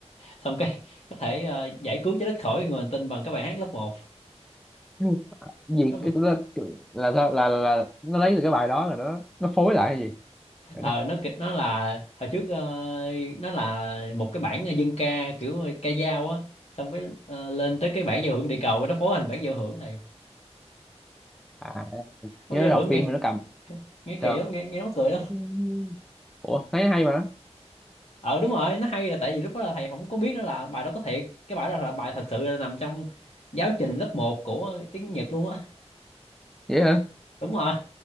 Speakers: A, on the left; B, in the centre.
A: xong cái có thể ờ, giải cứu trái đất khỏi người ngoài hành tinh bằng cái bài hát lớp một,
B: Ừ. gì
A: Nó
B: cái là là sao là, là, nó lấy từ cái bài đó là nó nó phối lại hay gì Vậy
A: ờ
B: đó.
A: nó ki- nó là hồi trước ờ, nó là một cái bản dân ca kiểu ờ, ca dao á xong cái ờ, lên tới cái bản giao hưởng địa cầu nó phối thành bản giao hưởng thầy
B: à,
A: phối
B: nhớ
A: giao
B: đọc
A: hưởng
B: phim
A: nghe
B: mà nó cầm
A: nghe
B: sao
A: kỳ lắm nghe nghe nó cười lắm
B: Ừ. ủa thấy hay mà
A: ờ đúng rồi nó hay là tại vì lúc đó là thầy không có biết đó là bài đó có thiệt cái bài đó là bài thật sự là nằm trong giáo trình lớp một của tiếng Nhật luôn á
B: vậy hả
A: <laughs> đúng rồi